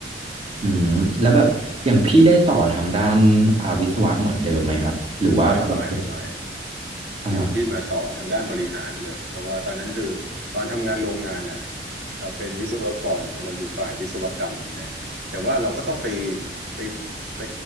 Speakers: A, on the right; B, on the right.
A: อืมแล้วแบบอย่างพี่ได้ต่อทางด้านอาวิศวะเหมือนเดิมไหมครับหรือว่าแบบ
B: ไม่ไม่ไม่
A: อ่า
B: พี่พี่มาต่อทางด้านบริหารเลยเพราะว่าตอนนั้นคือตอนทำงานโรงงานน่ะเราเป็นวิศวกรนะเราอยู่ฝ่ายวิศวกรรมใช่ไหมแต่ว่าเราก็ต้องไปไปไป